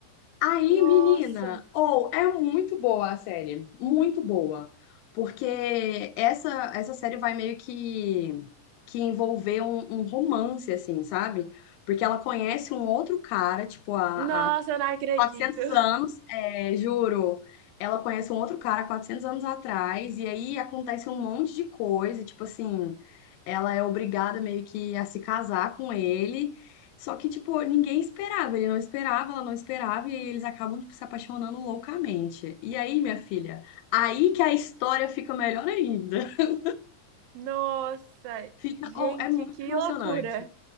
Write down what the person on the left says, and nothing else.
Aí,
menina, ou é muito boa a série, muito boa, porque essa essa série vai meio que que envolver um, um romance assim, sabe? Porque ela conhece um outro cara, tipo a,
a
400 anos, é, juro. Ela conhece um outro cara 400 anos atrás, e aí acontece um monte de coisa, tipo assim, ela é obrigada meio que a se casar com ele. Só que, tipo, ninguém esperava, ele não esperava, ela não esperava, e aí eles acabam, tipo, se apaixonando loucamente. E aí, minha filha, aí que a história fica melhor ainda. <laughs>
Fica,
oh, é muito
emocionante.